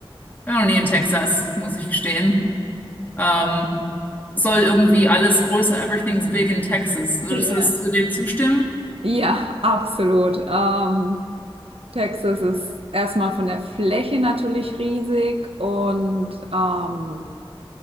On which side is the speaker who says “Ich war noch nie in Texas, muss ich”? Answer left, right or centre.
Left